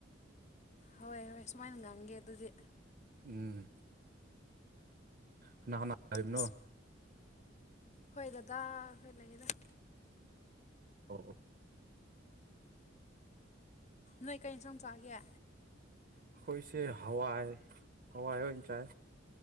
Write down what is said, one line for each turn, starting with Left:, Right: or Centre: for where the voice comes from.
Left: ꯍꯣꯏ ꯍꯣꯏ ꯁꯨꯃꯥꯏꯅ ꯉꯝꯒꯦ ꯑꯗꯨꯗꯤ
Right: ꯎꯝ ꯀꯅꯥꯅꯥ ꯍꯥꯏꯔꯤꯕꯅꯣ
Left: ꯑꯁ ꯍꯣꯏ ꯗꯗꯥ ꯍꯣꯏ ꯂꯩꯌꯦꯗ
Right: ꯑꯣ ꯑꯣ
Left: ꯅꯣꯏ ꯀꯔꯤ ꯌꯦꯟꯁꯥꯡ ꯆꯥꯛꯒꯦ
Right: ꯑꯩꯈꯣꯏꯁꯦ ꯍꯋꯥꯥꯏ ꯍꯋꯥꯥꯏ ꯍꯣꯏ ꯆꯥꯏ